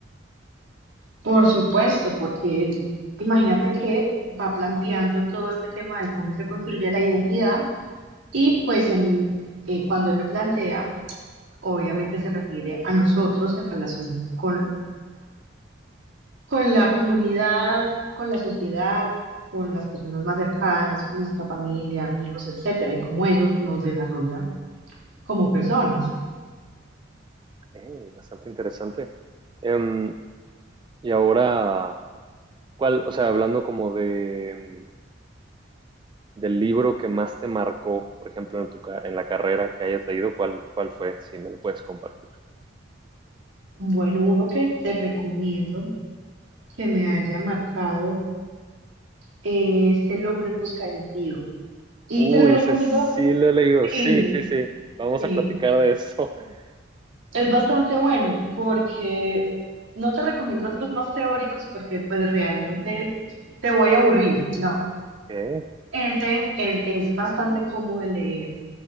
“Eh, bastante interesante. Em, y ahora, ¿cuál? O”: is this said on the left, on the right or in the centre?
Right